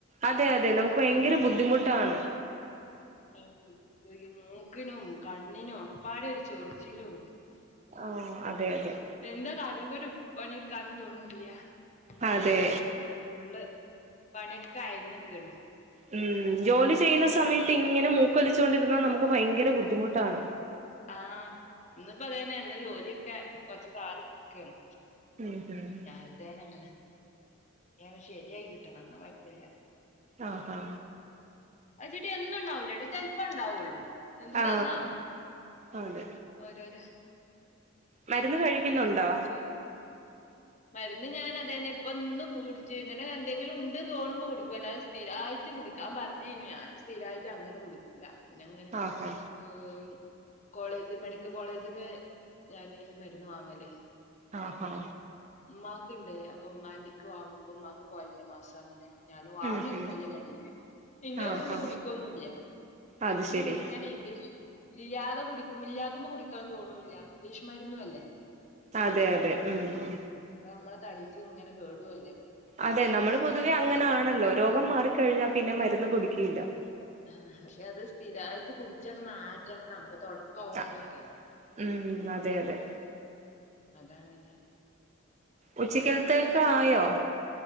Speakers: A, on the right; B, on the left.
A: അതെ-അതെ നമുക്ക് ഭയങ്കര
B: അന്ന്
A: ബുദ്ധിമുട്ടാണ്.
B: താങ്ക്യൂ. <unintelligible> മൂക്കിനും. കണ്ണിനും ഒക്കപ്പാടെ ഒരു ചൊറിച്ചിലും.
A: ആ അതെ അതെ
B: എന്താ കാരോപൊരും പണിയെടുക്കാനും തോന്നുല- പിന്നെ
A: അതെ
B: ഇന്ന് ഫുള്ള് പണിയൊക്കെ ആയിന് നിക്കണ്
A: ഉം ജോലി ചെയ്യുന്ന സമയം ത്തിങ്ങനെ മൂക്കൊലിച്ചോണ്ടി ന്ന നമുക്ക് ഭയങ്കര ബുദ്ധിമുട്ടാണ്
B: ആഹ് ഇന്നിപ്പ അദേന്ന ഇന്ന് ജോലി ക്ക കൊറച്ച് താറിനിക്കേണ്
A: ഉം ഉം
B: രാവിലെത്തേന അങ്ങനെ ഇനിയത് ശരിയായി കിട്ടണം എന്ന കൊഴപ്പില്ല-
A: ആ ഹാ
B: അത് ചിട്ടി എന്നും ഉണ്ടാവില്ലേട്ടാ ചെലപ്പം ഉണ്ടാവുള്ളൂ എന്താന്നാവും
A: ആ അതെ
B: ഓരോര
A: മരുന്ന് കഴിക്കുന്നുണ്ടോ?
B: ചോ- മരുന്ന് ഞാൻ അതന്നെ ഇപ്പ ഇന്ന് കുടിച്ചു ഇങ്ങനെ എന്തെങ്കിലും ഉണ്ട് ന്ന് തോന്നുമ്പോ കുടിക്കും അല്ലാദേ സ്ഥിരമായിട്ട് കുടിക്കാൻ പറഞ്ഞയാ ഞാൻ സ്ഥിരമായിട്ട് അങ്ങനെ കുടുക്കൂല- പിന്നെ അങ്ങനെ
A: ആഹാ
B: ഓയി കോളേജ് മെഡിക്കൽ കോളേജ്ന്ന് ഞാന് മരുന്ന് വാങ്ങല്-
A: ആ ഹാ
B: ഉമ്മാക്ക്ണ്ട് അപ്പം മ്മാക്ക് വാങ്ങുമ്പോ ഉമമാക്ക് പോയലേ മാസം അങ്ങനെ ഞാൻ വാങ്ങിയക്കും
A: ഉം ഉം
B: വല്യ കാര്യ ഇന്റെ
A: ആഹാ
B: ഫള്ള് കുടിക്കൊന്നുംല്ല
A: അത് ശരി
B: ഇങ്ങനെ ഇംഗ്ലീഷ്- ഇല്ലാതെ കുടിക്കും ഇല്ലാത്തുമ്പോ കുടിക്കാന്ന് തോന്നൂല്ല ഇംഗ്ലീഷ്മരു രുന്നു അല്ലേ
A: അതെ അതെ ഉം
B: അപ്പൊ നമ്മളെ തടിക്ക് ഇങ്ങനെ കേടും അല്ലേ
A: അതെ നമ്മൾ പൊതുവെ അങ്ങനാണല്ലോ രോഗം മാറിക്കഴിഞ്ഞാൽ പിന്നെ മരു ന്നു കുടിക്കില്ല-
B: ആ പക്ഷെ അത് സ്ഥിരായിട്ട് കുടിച്ചാണ് മാറ്റണം തൊട ക്കൊആവുമ്പോളൊക്കെ
A: ആ ഉം അതെ അതെ
B: അതാ അങ്ങനെ
A: ഉച്ചക്കലത്തേക്ക് ആയോ?